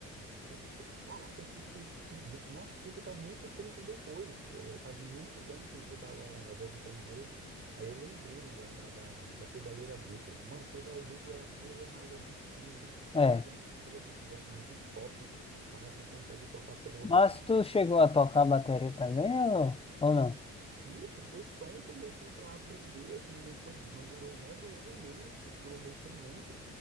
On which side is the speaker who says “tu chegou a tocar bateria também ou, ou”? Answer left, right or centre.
Left